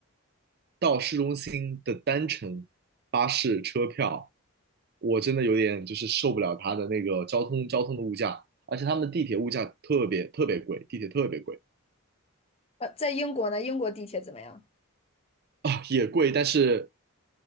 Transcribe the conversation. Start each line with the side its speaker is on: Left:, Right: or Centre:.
Right: 到市中心的单程巴士车票，我真的有点就是受不了它的那个交通交通的物价，而且他们的地铁物价特别特别贵，地铁特别贵。
Left: 呃，在英国呢，英国地铁怎么样？
Right: 啊，也贵，但是